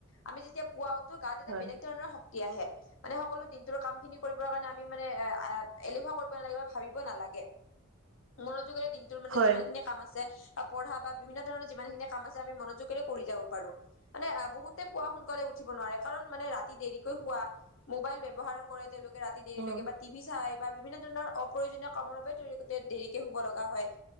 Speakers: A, on the left; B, on the right.
A: আমি যেতিয়া পুৱা উঠো গাত- এটা
B: হয়
A: বেলেগ ধৰণৰ শক্তি আহে। মানে সকলো দিনটোৰ কাম খিনি কৰিবৰ কাৰণে আমি মানে, এ এলেহুৱা কৰিব নালাগে বা ভাবিব নালাগে। মনোযোগেৰে দিনটোৰ মানে
B: হয়
A: যিমান খিনি কাম আছে- অ পঢ়া বা বিভিন্ন ধৰণৰ যিমানখিনি কাম আছে আমি মনোযোগেৰে কৰি যাব পাৰো, মানে বহুতে- পোৱা সোনকালে উঠিব নোৱাৰে, কাৰণ মানে ৰাতি দেৰিকৈ শুৱা মোবাইল ব্যৱহাৰ কৰে তেওঁলোকে ৰাত- তি দেৰিলৈকে
B: অ
A: বা টিভি চাই বা বিভিন্ন ধৰণৰ অপ্ৰয়োজনীয় কামৰ বাবে দেৰিকে শুব লগা হয়।